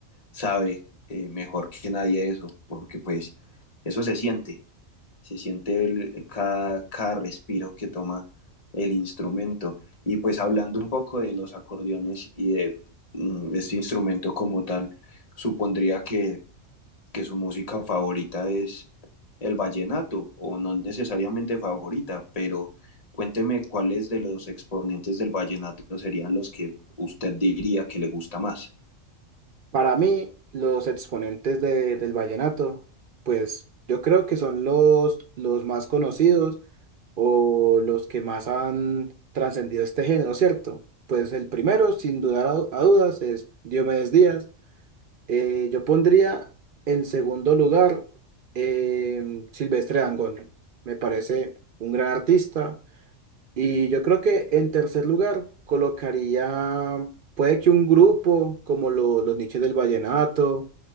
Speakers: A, on the left (about 35°); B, on the right (about 55°).
A: sabe eh, mejor que nadie eso, porque pues eso se siente, se siente el- eh, cada, cada respiro que toma el instrumento. Y pues hablando un poco de los acordeones y de mm, este instrumento como tal, supondría que que su música favorita es el vallenato, o no necesariamente favorita, pero cuénteme cuáles de los exponentes del vallenato serían los que usted diría que le gusta más.
B: Para mí, los exponentes de- del vallenato, pues yo creo que son los, los más conocidos o los que más han trascendido este género, ¿cierto? Pues el primero, sin dudar a, a dudas, es Diomedes Díaz. Eh, yo pondría en segundo lugar em, Silvestre Dangond. Me parece un gran artista. Y yo creo que en tercer lugar colocaría, puede que un grupo como lo- los Niches del Vallenato